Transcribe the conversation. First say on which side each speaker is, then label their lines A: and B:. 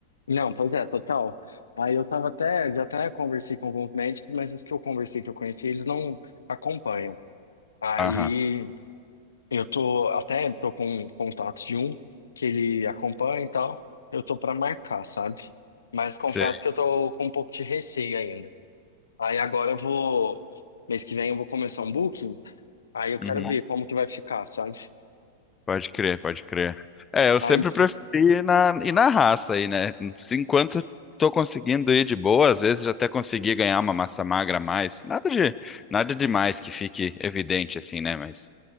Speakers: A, on the left (about 75°); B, on the left (about 20°).
A: Não, pois é, total. Aí eu tava até, já até conversei com alguns médicos, mas os que eu conversei, que eu conheci, eles não acompanham. Aí
B: Aham,
A: Eu tô até tô com contato de um que ele acompanha e tal. Eu tô pra marcar, sabe? Mas confesso
B: sei.
A: que eu tô com um pouco de receio ainda. Aí agora eu vou mês que vem eu vou começar um booking. Aí eu quero
B: Uhum,
A: ver como que vai ficar, sabe?
B: Pode crer, pode crer. É, eu
A: Aí
B: sempre
A: se-
B: preferi ir na, ir na raça aí, né? Se Enquanto tô conseguindo ir de boa, às vezes até consegui ganhar uma massa magra a mais. Nada de, nada demais que fique evidente assim, né? Mas